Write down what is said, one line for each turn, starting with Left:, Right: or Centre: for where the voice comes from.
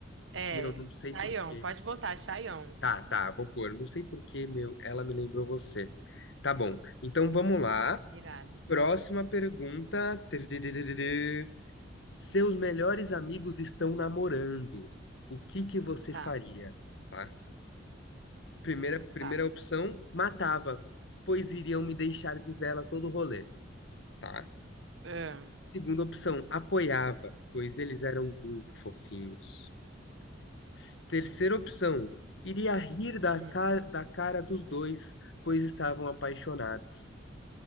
Right: É,
Left: Meu, não sei
Right: Chayon,
Left: porquê
Right: pode botar Chayon.
Left: Tá, tá, vou pôr. Não sei por que, meu, ela me lembrou você. Tá bom. Então vamos lá.
Right: Irado.
Left: Próxima pergunta. Tiriririririr. Seus melhores amigos estão namorando. O que que você
Right: Tá.
Left: faria? Tá? Primeira, primeira
Right: Tá.
Left: opção, matava, pois iriam me deixar de vela todo o rolê, tá?
Right: Ah,
Left: Segunda opção, apoiava, pois eles eram muito fofinhos. S- Terceira opção, iria rir da,
Right: hum.
Left: ca- da cara dos dois, pois estavam apaixonados.